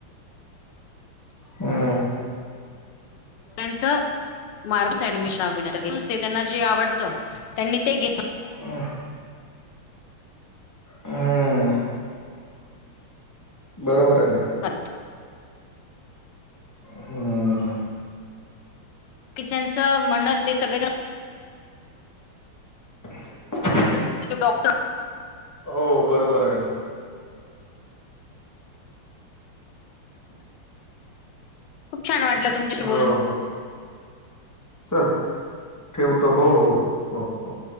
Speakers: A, on the left; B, on the left.
A: हम्.
B: त्यांच मार्च च ऍडमिशन आहे टू सेट त्यांना जे आवडत त्यांनी ते घ्यावं.
A: हम, हम. बरोबर आहे.
B: पात
A: हम्.
B: किचनचं म्हणल ते सगळे जन
A: <inaudible>
B: तो डॉक्टर
A: हो बरोबर आहे.
B: खूप छान वाटलं तुमच्याशी
A: हो
B: बोलून.
A: हो चल ठेवतो हो हो हो हो.